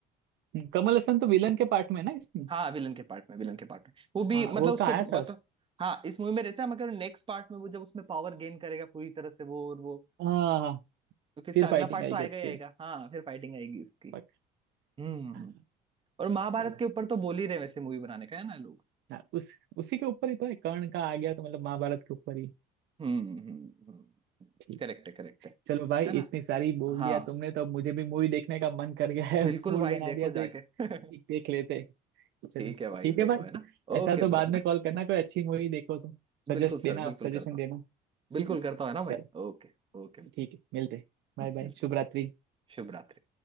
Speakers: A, on the right (about 60°); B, on the right (about 25°).
A: हम्म, कमल हसन तो विलन के पार्ट में है ना इसमें
B: हाँ विलन के पार्ट में विलन के पार्ट में वो भी
A: हाँ
B: मतलब
A: वो तो
B: उसको
A: आया
B: बता
A: था उसमें।
B: हाँ इस मूवी में रहता है मगर नेक्स्ट पार्ट में वो जब उसमें पावर गेन करेगा पूरी तरह से वो और वो
A: हाँ हाँ
B: क्योंकि इसका
A: फिर
B: अगला
A: फाइटिंग
B: पार्ट
A: आएगी
B: तो आएगा
A: अच्छी
B: ही आएगा
A: है
B: हाँ फिर फाइटिंग आएगी इसकी
A: पक-
B: हम्म
A: हाँ,
B: और महाभारत
A: चलो
B: के ऊपर तो बोल ही रहे वैसे मूवी बनाने का है ना लोग
A: हाँ उस उसी के ऊपर ही तो है कर्ण का आ गया तो मतलब महाभारत के ऊपर ही
B: हम्म हम्म हम्म
A: ठीक
B: करेक्ट
A: है
B: है करेक्ट है
A: चलो भाई
B: है ना
A: इतनी सारी बोल
B: हाँ
A: दिया तुमने तो अब मुझे भी मूवी देखने का मन कर गया है
B: बिल्कुल
A: <laughs> मूड
B: भाई
A: बना
B: देखो
A: दिया तो
B: जाके
A: एक
B: <laughs>
A: ठीक देख लेते चलो
B: ठीक है भाई
A: ठीक है
B: देखो
A: भाई
B: है ना
A: ऐसा
B: ओके
A: तो बाद
B: ब्रो है
A: में
B: ना
A: कॉल करना कोई अच्छी मूवी देखो तो सजेस्ट
B: बिल्कुल सर
A: देना आप
B: बिल्कुल
A: सजेशन
B: करता
A: देना
B: हूँ
A: ठीक
B: बिल्कुल
A: है
B: करता हूँ है ना भाई
A: चलो
B: ओके ओके
A: ठीक है मिलते बाय बाय
B: मिलते
A: शुभ
B: हैं
A: रात्रि
B: शुभ रात्रि